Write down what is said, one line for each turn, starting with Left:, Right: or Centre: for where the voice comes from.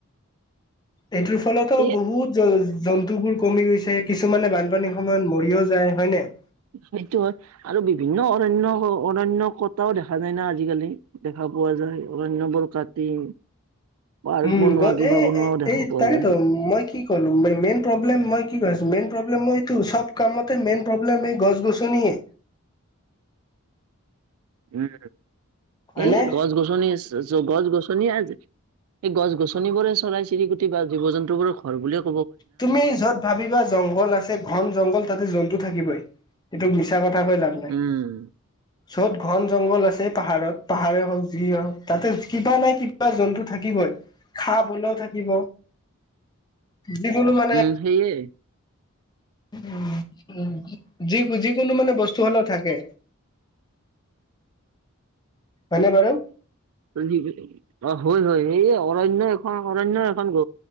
Left: এইটোৰ ফলতো
Right: এই
Left: বহুত জ জন্তুবোৰ কমি গৈছে কিছুমানে বানপানীৰ সময়ত মৰিও যায় হয় নাই।
Right: সেইটো হয় আৰু বিভিন্ন অৰণ্য, অৰণ্য কটাও দেখা যায় না আজিকালি দেখা। পোৱা যায় অৰন্যাবোৰ কাটি পাৰ্ক
Left: উম
Right: বনোৱা
Left: গল,
Right: কিবা
Left: এই
Right: বনোৱাও দেখা
Left: এই
Right: পোৱা
Left: তাকেতো
Right: যায়
Left: মই কি কলো মেইন প্ৰব্লেম মই কি আছো মেইন, প্ৰ <unintelligible> টো সব কামতে মেইন প্ৰব্লেম এই গছ- গছনিয়ে।
Right: উম,
Left: হয়নে
Right: এই গছ-গছনি। গছ- গছনি আ। সেই গছ-গছনিবোৰে চৰাই- চিৰিকটি বা জীৱ জন্তু বোৰৰ ঘৰ বুলি <unintelligible>
Left: তুমি য'ত ভাবিবা জংঘল আছে। ঘন জংঘল তাতে জন্তু থাকিবই। এইটো মিছা কথা। <unintelligible> লাভ নাই।
Right: উম
Left: য'ত ঘন জংঘল আছে, পাহাৰত পাহাৰে হওক, যিয়ে হওক। তাতে কিবা নাই কিবা জন্তু থাকিবই। সাপ হ'লেও থাকিব।
Right: <inaudible>
Left: যিকোনো মানে
Right: উম, সেইয়ে।
Left: <unintelligible> যি যিকোনো মানে বস্তু হলেও থাকে।
Right: <inaudible>
Left: হয়নে বাৰু
Right: এজী <unintelligible> অ হয় হয়, হে অৰণ্য এখন অৰণ্য এখন হব,